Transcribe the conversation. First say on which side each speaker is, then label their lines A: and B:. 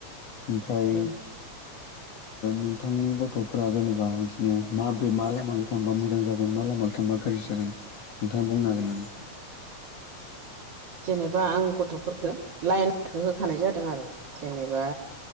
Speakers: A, on the left (about 60°); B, on the right (about 55°).
A: ओमफ्राय
B: उम
A: नोंथांनि गथ'फोरा जेनेबा बिदिनो माब्रै मा लामाजों थांबा मोजां जागोन मा लामाजों थांबा गाज्रि जागोन नोंथाङा बुंनो हागोन नामा?
B: जेनेबा आं गथ'फोरखौ लाइनखौ होखानाय जादों आरो जेनेबा